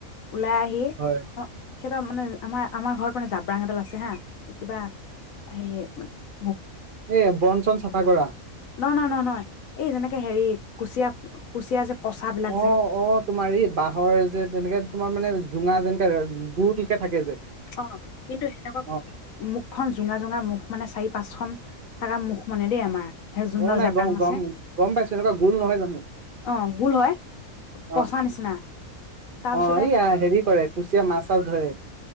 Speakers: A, on the left; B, on the right.
A: ওলাই আহি
B: হয়
A: অহ সিহঁতৰ মানে আমাৰ আমাৰ ঘৰত মানে জাব্ৰাং এডাল আছে হা কিবা সেই
B: এহ বন চন চাফা কৰা
A: নহ নহ নহ নহয় এই যেনেকে হেৰি কুচিয়া কুচিয়া যে পচাবিলাক
B: অহ
A: যে
B: অহ তোমাৰ ই বাঁহৰ যে তেনেকে তোমাৰ মানে জুঙা যেনকে গো নিচিনা থাকে যে
A: অহ কিন্তু সেনেকুৱা
B: অ
A: মুখখন জোঙা জোঙা মুখ মানে চাৰি পাঁচখন থকা মুখ মানে দেই আমাৰ সেই যোনডাল
B: অহ নাই
A: জাব্ৰাং
B: গম
A: আছে
B: গম গম পাইছো এনেকুৱা গোল নহয় জানো,
A: অ গোল হয় পচা
B: অহ
A: নিচিনা তাৰ পিছতে
B: অহ এইয়া হেৰি কৰে কুচিয়া মাছ চাছ ধৰে।